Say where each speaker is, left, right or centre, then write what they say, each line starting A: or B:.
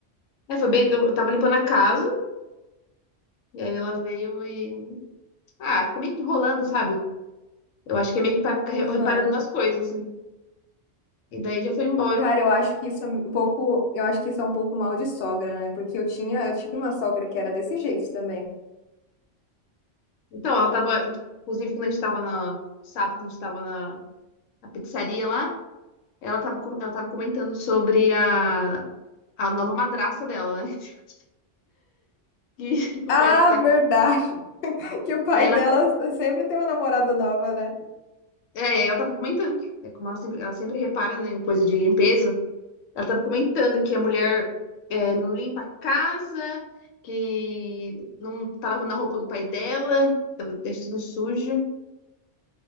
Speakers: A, on the left (about 90°); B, on the left (about 60°).
A: É, foi bem. Eu tava limpando a casa, e aí ela veio e. Ah, ficou meio que enrolando, sabe? Eu acho que é meio que pra ficar re-
B: Aham.
A: reparando nas coisas, assim. E daí já foi embora.
B: Cara, eu acho que isso é um pouco, eu acho que isso é um pouco mal de sogra, né? Porque eu tinha, eu tive uma sogra que era desse jeito também.
A: Então, ela tava, inclusive, quando a gente tava na, sábado, a gente tava na, na pizzaria lá, ela tava, com- ela tava comentando sobre a, a nova madrasta dela, né? <laughs> Que, que
B: Ah,
A: o pai que tá.
B: verdade, <laughs> que o pai
A: Aí ela,
B: dela sempre tem uma namorada nova, né?
A: é, aí ela tava comentando que, é, como ela sempre, ela sempre repara, né, em coisa de limpeza, ela tava comentando que a mulher é, não limpa a casa, que não tá lavando a roupa do pai dela, tava deixando sujo.